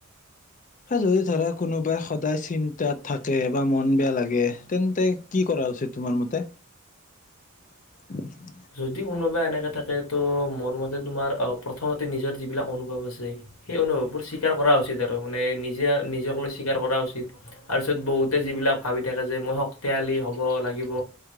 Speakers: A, on the left; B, on the left.
A: যদি ধৰা কোনোবাই সদায় চিন্তাত থাকে বা মন বেয়া লাগে তেন্তে কি কৰা হৈছে তোমাৰ মতে <unintelligible>
B: যদি কোনোবা এনেকে থাকে তো মোৰ মতে তোমাৰ প্ৰথমতে নিজৰ যিবিলাক অনুভৱ আছে সেই অনুভৱবোৰ স্বীকাৰ কৰা উচিত আৰু মানে নিজে নিজক লৈ স্বীকাৰ কৰা উচিত তাৰপিছত বহুতে যিবিলাক ভাবি থাকে যে মই শক্তিশালী হ'ব লাগিব